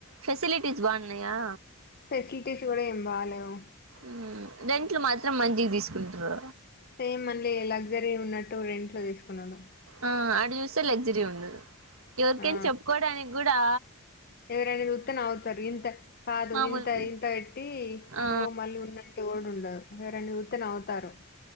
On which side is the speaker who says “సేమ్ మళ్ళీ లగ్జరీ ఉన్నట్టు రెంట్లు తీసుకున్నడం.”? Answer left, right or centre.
Left